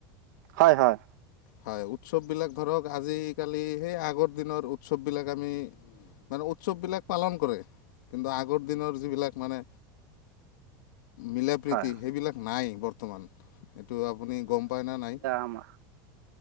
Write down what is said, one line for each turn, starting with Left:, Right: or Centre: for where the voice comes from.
Right: হয়- হয়।
Left: হয়। উৎসৱবিলাক ধৰক আজি কালি সেই আগৰ দিনৰ উৎসৱবিলাক আমি মানে উৎসৱবিলাক পালন কৰে। কিন্তু আ- আগৰ দিনৰ যিবিলাক মানে মিলাপ্ৰীতিৰ
Right: হয়
Left: সেইবিলাক নাই বৰ্তমান। এইটো আপুনি গম পায়নে নাই?
Right: আমা